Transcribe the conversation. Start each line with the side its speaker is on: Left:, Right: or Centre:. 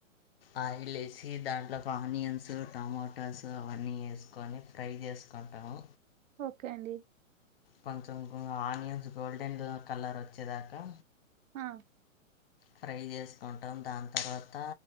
Left: ఆయిల్ ఏసి దానీలోకి ఆనియన్స్ స్ టమాటాస్ అవన్నీ వేసుకొని ఫ్రై చేసుకుంటాము
Right: ఓకే అండి
Left: కొంచెం ఆనియన్స్ గోల్డెన్ కలర్ వచ్చేదాకా
Right: హా
Left: ఫ్రై చేసుకుంటాం దాని తర్వాత